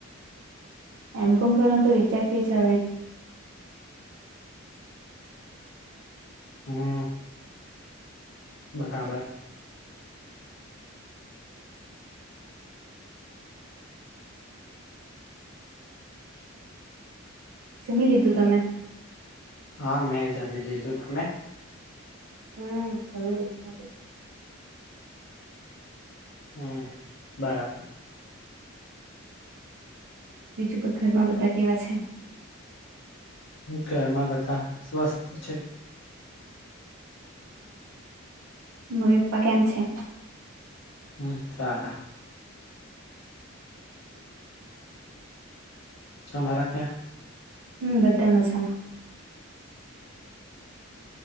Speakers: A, on the right; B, on the left.
A: એમ કોમ કરવા તો વિચાર તો છે
B: હમ <inaudible> બરાબર
A: જમી લીધું તમે
B: હા મેં જમી લીધું તમે
A: હમ સમ રીતના <inaudible>
B: હમ બરાબર
A: બીજું ઘરમાં બધા કેવા છે
B: ઘરમાં બધા સ્વસ્થ છે
A: મમ્મી પપ્પા કેમ છે
B: હમ સારા તમારા ત્યા
A: હમ બધા મજામાં